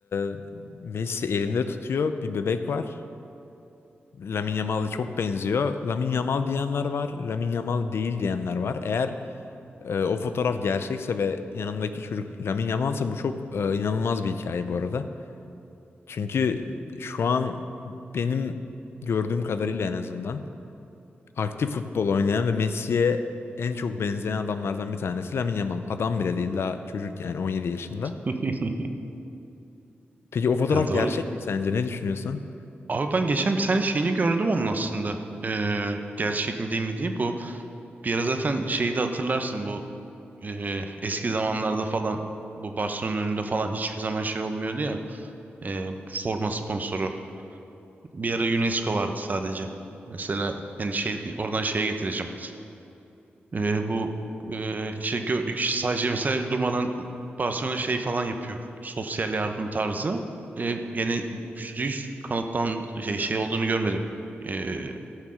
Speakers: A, on the left (about 75°); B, on the right (about 40°).
A: e, Messi elinde tutuyor bir bebek var. Lamine Yamal'a çok benziyor. Lamine Yamal diyenler var, Lamine Yamal değil diyenler var. Eğer e, o fotoğraf gerçekse ve yanındaki çocuk Lamine Yamal'sa bu çok e, inanılmaz bir hikaye bu arada. Çünkü şu an benim gördüğüm kadarıyla en azından aktif futbol oynayan ve Messi'ye en çok benzeyen adamlardan bir tanesi Lamine Yamal. Adam bile değil daha çocuk yani 17 yaşında.
B: <laughs>
A: Peki o fotoğraf
B: Ya doğru.
A: gerçek mi sence? Ne düşünüyorsun?
B: Abi ben geçen bir tane şeyini gördüm onun aslında. Ee, gerçek mi değil mi diye. Bu bir ara zaten şeyi de hatırlarsın bu ee, eski zamanlarda falan bu Barcelona'nın önünde falan hiçbir zaman şey olmuyordu ya. Ee, forma sponsoru. Bir ara UNESCO vardı sadece. Mesela yani şey oradan şeye getireceğim. Ee, bu e, işte gö- sadece mesela durmadan Barcelona şey falan yapıyor. Sosyal yardım tarzı. Ee, yani yüzde yüz kanıtlan şey, şey olduğunu görmedim. Ee,